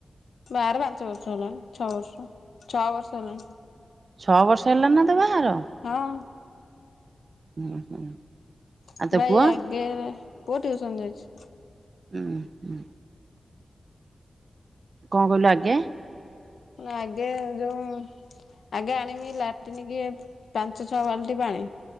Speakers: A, on the left; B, on the right.
A: ବାହାଘର ପାଞ୍ଚ ବର୍ଷ ହେଲାଣି। ଛଅ ବର୍ଷ ଛଅ ବର୍ଷ ହେଲାଣି।
B: ଛଅ ବର୍ଷ ହେଲାଣି ନା ତୋ ବାହାଘର।
A: ହଁ।
B: ଉଁ ହୁଁ। ଆଉ
A: <unintelligible>
B: ତୋ ପୁଅ
A: ଆଗେରେ ପୁଅ ଟିଉସନ ଯାଇଚି।
B: ଉଁ ହୁଁ। କଣ କହିଲୁ ଆଗେ?
A: ଆଗେ ଯୋଉ ଆଗେ ଆଣିମି ଲାଟିନିକୁ ପାଞ୍ଚ ଛଅ ବାଲଟି ପାଣି।